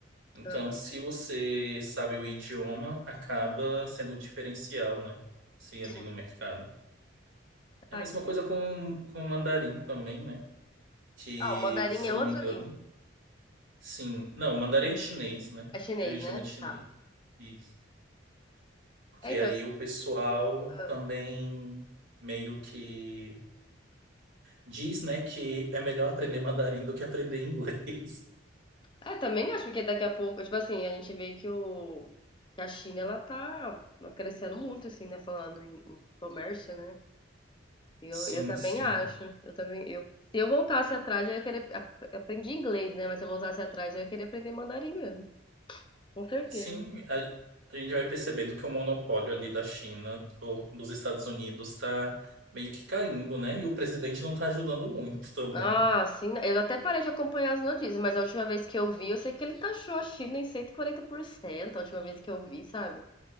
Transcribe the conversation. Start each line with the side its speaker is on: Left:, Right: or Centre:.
Right: Então,
Left: aham,
Right: se você sabe o idioma, acaba sendo um diferencial, né? Sim, ali
Left: sim.
Right: no mercado. É
Left: Ah,
Right: a mesma
Left: que legal.
Right: coisa com, com o mandarim também, né? Que,
Left: Ah, o mandarim
Right: se
Left: é
Right: eu não
Left: outra
Right: me engano,
Left: língua.
Right: sim. Não, o mandarim é chinês, né?
Left: É chinês,
Right: Que a gente
Left: né?
Right: chama de chinês.
Left: Tá.
Right: Isso. Porque
Left: É, então.
Right: aí o pessoal
Left: ah.
Right: também meio que diz, né, que é melhor aprender mandarim do que aprender inglês. <laughs>
Left: É, também acho que daqui a pouco, tipo assim, a gente vê que o que a China ela tá crescendo muito assim, né, falando em, em comércio, né? Eu,
Right: Sim,
Left: eu também
Right: sim.
Left: acho. Eu também eu se eu voltasse atrás, eu ia querer ap- eu aprendi inglês, né, mas se eu voltasse atrás, eu ia querer aprender mandarim mesmo. Com certeza.
Right: Sim, a, a gente vai percebendo que o monopólio ali da China ou dos Estados Unidos está meio que caindo, né? E o presidente não está ajudando muito também.
Left: Nossa, sim, eu até parei de acompanhar as notícias, mas a última vez que eu vi, eu sei que ele taxou a China em 140% a última vez que eu vi, sabe?